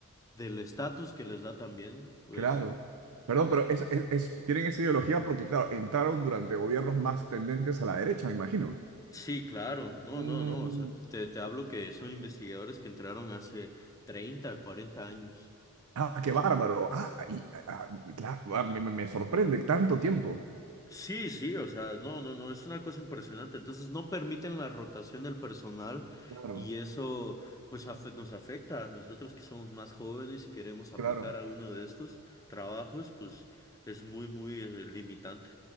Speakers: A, on the left; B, on the right.
A: del estatus que les da también, pues
B: claro. Perdón, pero es, es- es- tienen esa ideología porque, claro, entraron durante gobiernos más tendentes a la derecha, me imagino.
A: sí, claro, no,
B: Mm,
A: no, no, o sea, te, te hablo que son investigadores que entraron hace 30, 40 años.
B: ah, qué bárbaro. Ah, y, ah, claro, ah, me, me- me sorprende tanto tiempo.
A: Sí, sí, o sea, no, no, no, es una cosa impresionante. Entonces no permiten la rotación del personal
B: Claro,
A: y eso pues afe- nos afecta a nosotros que somos más jóvenes y queremos aplicar
B: claro.
A: alguno de estos trabajos, pues es muy, muy eh, limitante.